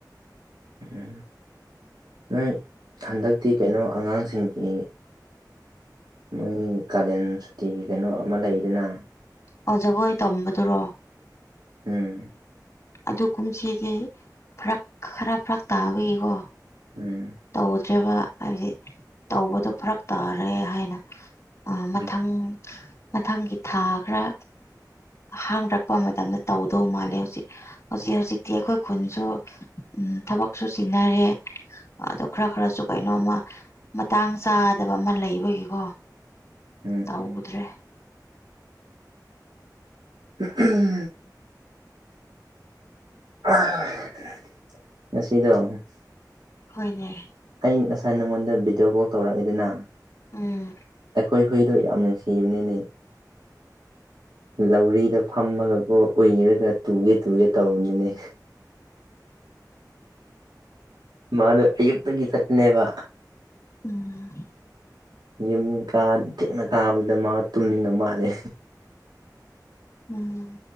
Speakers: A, on the right (about 75°); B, on the left (about 40°).
A: ꯎꯝ ꯅꯣꯏ ꯍꯟꯗꯛꯇꯤ ꯀꯩꯅꯣ ꯑꯉꯥꯡꯁꯤꯡꯒꯤ ꯃꯣꯏ ꯀꯥꯂꯦꯟ ꯁꯨꯇꯤꯒꯤ ꯀꯩꯅꯣ ꯑꯃ ꯂꯩꯗꯨꯅ
B: ꯑꯣ ꯖꯒꯣꯏ ꯇꯝꯕꯗꯨꯔꯣ
A: ꯎꯝ
B: ꯑꯗꯨ ꯀꯨꯝꯁꯤꯗꯤ ꯐꯔꯛ ꯈꯔ ꯐꯔꯛ ꯇꯥꯕꯒꯤꯀꯣ
A: ꯎꯝ
B: ꯇꯧꯗ꯭ꯔꯦꯔꯤꯕ ꯍꯥꯏꯕꯗꯤ ꯇꯧꯕꯗꯣ ꯐꯔꯛ ꯇꯥꯔꯦ ꯍꯥꯏꯅ ꯃꯊꯪ
A: ꯎꯝ
B: ꯃꯊꯪꯒꯤ ꯊꯥ ꯈꯔ ꯍꯥꯡꯔꯛꯄ ꯃꯇꯝꯗ ꯇꯧꯗꯧ ꯃꯥꯜꯂꯦ ꯍꯧꯖꯤꯛ ꯍꯧꯖꯤꯛ ꯍꯧꯖꯤꯛꯇꯤ ꯑꯩꯈꯣꯏ ꯈꯨꯟꯁꯨ ꯎ ꯊꯕꯛꯁꯨ ꯁꯤꯟꯅꯔꯦ ꯑꯗꯨ ꯈꯔ ꯈꯔꯁꯨ ꯀꯩꯅꯣꯝꯃ ꯃꯇꯥꯡ ꯆꯥꯗꯕ ꯑꯃ ꯂꯩꯕꯒꯤꯀꯣ
A: ꯎꯝ ꯎꯝ
B: ꯇꯧꯗ꯭ꯔꯦ
A: ꯎꯝ ꯉꯗꯣ
B: ꯍꯣꯏꯅꯦ
A: ꯑ ꯉꯁꯥꯏ ꯅꯉꯣꯟꯗ ꯚꯤꯗꯤꯑꯣ ꯀꯣꯜ ꯇꯧꯔꯛꯏꯗꯅ
B: ꯎꯝ
A: ꯑꯩꯈꯣꯏ ꯐꯩꯗꯣ ꯌꯥꯝ ꯅꯨꯡꯁꯤꯕꯅꯦ ꯂꯩ ꯂꯧꯔꯤꯗ ꯐꯝꯃꯒꯕꯨ ꯑꯣꯏꯔꯒ ꯇꯨꯒꯦ ꯇꯨꯒꯦ ꯇꯧꯔꯅꯤꯅꯦ ꯃꯥꯅ ꯑꯌꯨꯛꯇꯒꯤ ꯆꯠꯅꯦꯕ
B: ꯎꯝ
A: ꯌꯨꯝ ꯀ ꯊꯦꯛꯅ ꯀꯥꯕꯗ ꯃꯥ ꯇꯨꯝꯅꯤꯡꯕ ꯃꯥꯜꯂꯦ
B: ꯎꯝ